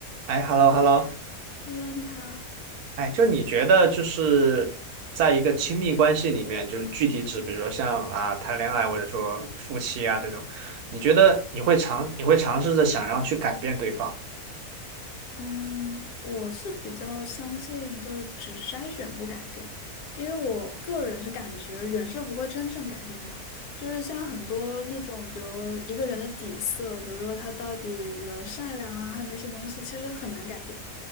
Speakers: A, on the right (about 80°); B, on the left (about 85°).
A: 哎，hello
B: Hello，Hello，
A: hello，
B: 你好。
A: 哎，就你觉得就是在一个亲密关系里面，就是具体指，比如说像啊谈恋爱或者说夫妻啊这种，你觉得你会尝你会尝试着想要去改变对方
B: 嗯，我是比较相信就是只筛选不改变，因为我个人是感觉人是不会真正改变的。就是像很多那种，比如一个人的底色，比如说他到底，比如善良啊，还有那些东西，其实很难改变。